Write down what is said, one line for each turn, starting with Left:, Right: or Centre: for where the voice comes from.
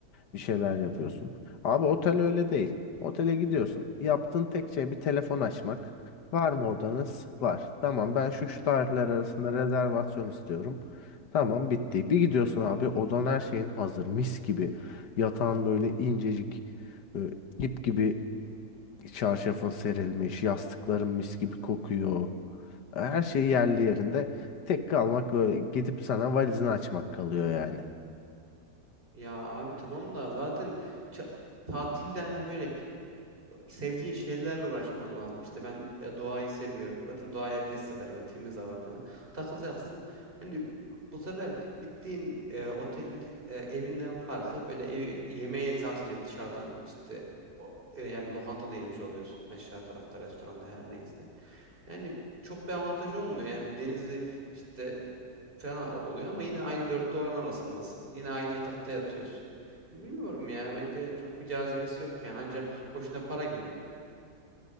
Left: Bir şeyler yapıyorsun. Abi otel öyle değil. Otele gidiyorsun. Yaptığın tek şey bir telefon açmak. Var mı odanız? Var. Tamam ben şu şu tarihler arasında rezervasyon istiyorum. Tamam bitti. Bir gidiyorsun abi odan her şeyin hazır. Mis gibi. Yatağın böyle incecik. e, ip gibi Çarşafın serilmiş, yastıkların mis gibi kokuyor. Her şey yerli yerinde. Tek kalmak böyle gidip sana valizini açmak kalıyor yani.
Right: Ya abi tamam da zaten ça- tatilde hani böyle sevdiğin şeylerle uğraşman lazım. İşte ben e, doğayı seviyorum. Zaten doğayı herkes sever böyle temiz hava falan. Takılacaksın. Hani bu sefer gittiğin e, otelin e, evinden farkı böyle evi yemeğe sadece dışarıdan işte o- e, yani lokantada yemiş oluyorsun. Aşağı tarafta restoranda her neyse. Yani çok bir avantajı olmuyor. Yani bir denizi işte falan oluyor ama yine aynı 4 duvarın arasındasın. Yine aynı yatakta yatıyorsun. Bilmiyorum ya bence çok bir cazibesi yok yani ancak boşuna para gibi.